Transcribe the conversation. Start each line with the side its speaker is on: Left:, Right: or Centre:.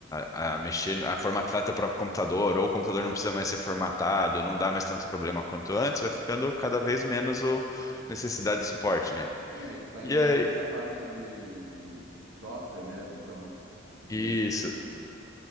Left: a, a mexer, a formatar teu próprio computador, ou o computador não precisa mais ser formatado, não dá mais tanto problema quanto antes, vai ficando cada vez menos o necessidade de suporte, né?
Right: Sim, aí tu tá indo
Left: E,
Right: mais
Left: aí,
Right: para essa parte de, de, de software mesmo, então, desenvolvimento
Left: isso.
Right: e.